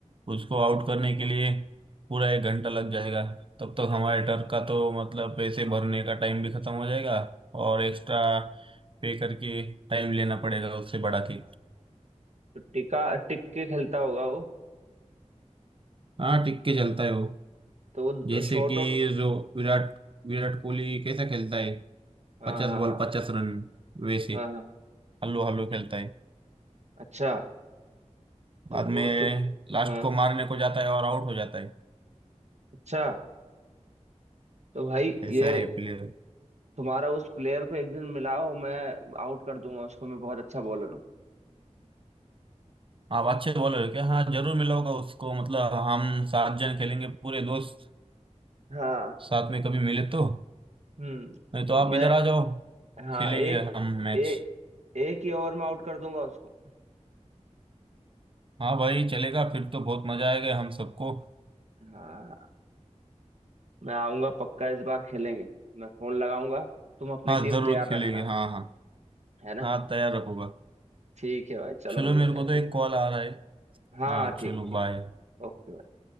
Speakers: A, on the right (about 45°); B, on the right (about 70°).
A: उसको आउट करने के लिए पूरा एक घंटा लग जाएगा तब तक हमारे टर्फ का तो मतलब पैसे भरने का टाइम भी खत्म हो जाएगा और एक्स्ट्रा पे करके टाइम लेना पड़ेगा उससे बढ़ा के
B: तो टिका टिक के खेलता होगा वो
A: हाँ टिक के चलता है वो
B: तो वो
A: जैसे
B: शॉर्ट
A: कि
B: आउट
A: जो विराट विराट कोहली कैसा खेलता है
B: हाँ
A: पचास
B: हाँ
A: बॉल
B: हाँ
A: पचास रन वैसे
B: हाँ हाँ
A: हल्लो हल्लो खेलता है
B: अच्छा तो
A: बाद
B: वो
A: में
B: तो
A: लास्ट
B: हाँ
A: को मारने को जाता है और आउट हो जाता है
B: अच्छा तो भाई
A: ऐसा
B: ये
A: है प्लेयर
B: तुम्हारा उस प्लेयर को एक दिन मिलाओ मैं आउट कर दूंगा उसको मैं बहुत अच्छा बॉलर हूँ
A: आप अच्छे बॉलर क्या हाँ जरूर मिलाऊंगा उसको मतलब हम सात जन खेलेंगे पूरे दोस्त
B: हाँ
A: साथ में कभी मिले तो
B: हम्म
A: नहीं तो
B: तो
A: आप
B: मैं
A: इधर आ जाओ
B: हाँ
A: खेलेंगे
B: एक
A: हम मैच
B: ए, एक ही ओवर में आउट कर दूंगा उसको
A: हाँ भाई चलेगा फिर तो बहुत मजा आएगा हम सबको
B: हाँ मैं आऊंगा पक्का इस बार खेलेंगे मैं फोन लगाऊंगा तुम अपनी
A: हाँ
B: टीम
A: जरूर
B: तैयार
A: खेलेंगे
B: रखना
A: हाँ हाँ
B: है ना
A: हाँ तैयार रखूंगा
B: ठीक है भाई चलो
A: चलो
B: मिलते
A: मेरे को
B: हैं
A: तो
B: फिर
A: एक कॉल आ रहा है
B: हाँ
A: हाँ
B: हाँ, ठीक
A: चलो
B: ठीक
A: बाय
B: ओके